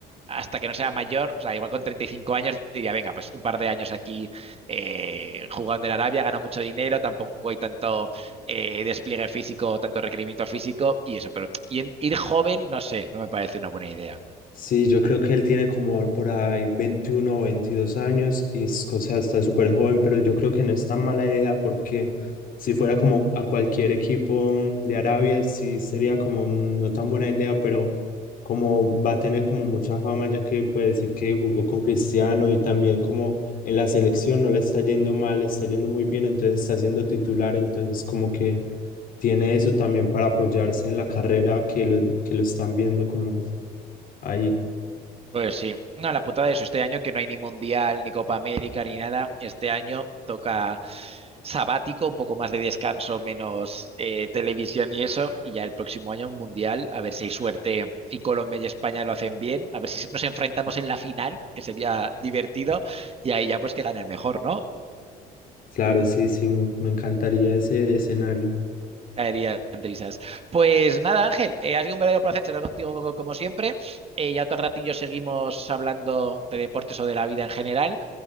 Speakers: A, on the right (about 35°); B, on the left (about 55°).
A: hasta que no sea mayor, o sea, igual con 35 años diría, venga, pues un par de años aquí eh, jugando en Arabia, gano mucho dinero, tampoco hay tanto eh, despliegue físico, tanto requerimiento físico y eso, pero y en- ir joven, no sé, no me parece una buena idea.
B: Sí, yo creo que él tiene como por ahí 21 o 22 años y es o sea, está súper joven, pero yo creo que no es tan mala idea porque si fuera como a cualquier equipo de Arabia, sí sería como no tan buena idea, pero como va a tener como mucha fama ya que puede decir que jugó con Cristiano y también como en la selección no le está yendo mal, le está yendo muy bien, entonces está siendo titular, entonces como que tiene eso también para apoyarse en la carrera que lo, que lo están viendo como ahí.
A: Pues sí, no, la putada de eso, este año que no hay ni Mundial, ni Copa América, ni nada, este año toca sabático, un poco más de descanso, menos eh, televisión y eso, y ya el próximo año un Mundial, a ver si hay suerte y Colombia y España lo hacen bien, a ver si nos enfrentamos en la final, que sería divertido, y ahí ya pues que gane el mejor, ¿no?
B: Claro, sí, sí, me me encantaría ese escenario.
A: Caerían risas. Pues nada, Ángel, eh, ha sido un verdadero placer charlar contigo co- como siempre. Eh, ya otro ratillo seguimos hablando de deportes o de la vida en general.